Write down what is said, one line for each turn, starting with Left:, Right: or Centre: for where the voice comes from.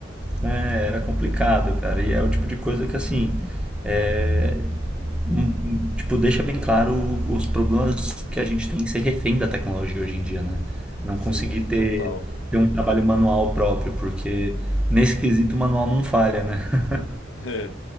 Centre: É, era complicado, cara. E é o tipo de coisa que, assim, é, um- um, tipo, deixa bem claro o- os problemas que a gente tem em ser refém da tecnologia hoje em dia, né? Não
Left: Sim,
Centre: conseguir ter,
Left: total.
Centre: ter um trabalho manual próprio, porque nesse quesito o manual não falha, né? <laughs>
Left: <laughs> É.